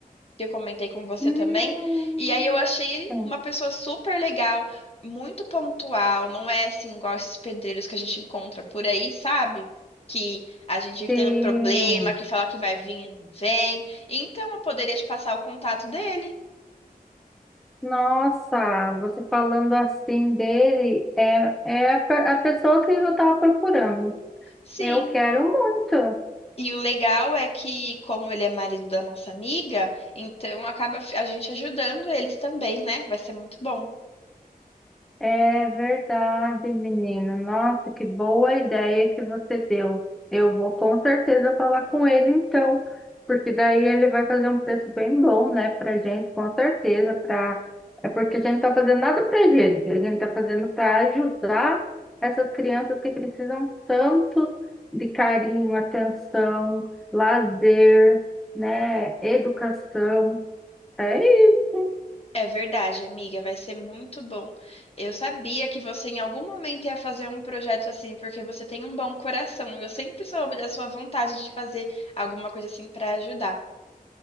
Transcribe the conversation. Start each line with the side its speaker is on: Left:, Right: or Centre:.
Left: que eu comentei com você
Centre: Hum,
Left: também. E aí eu achei ele
Centre: tem.
Left: uma pessoa super legal, muito pontual, não é assim igual esses pedreiros que a gente encontra por aí, sabe? Que a gente
Centre: Sim.
Left: tem um problema, que fala que vai vir e não vem. Então, eu poderia te passar o contato dele.
Centre: Nossa, você falando assim dele, é, é a, pe- a pessoa que eu estava procurando.
Left: Sim,
Centre: Eu quero muito.
Left: E o legal é que, como ele é marido da nossa amiga, então acaba fi- a gente ajudando eles também, né? Vai ser muito bom.
Centre: É verdade, menina. Nossa, que boa ideia que você deu. Eu vou com certeza falar com ele então, porque daí ele vai fazer um preço bem bom, né, pra gente, com certeza, pra... É porque a gente não tá fazendo nada pra gente, a gente tá fazendo para ajudar essas crianças que precisam tanto de carinho, atenção, lazer, né, educação. É isso.
Left: É verdade, amiga, vai ser muito bom. Eu sabia que você em algum momento ia fazer um projeto assim, porque você tem um bom coração. Eu sempre soube da sua vontade de fazer alguma coisa assim para ajudar.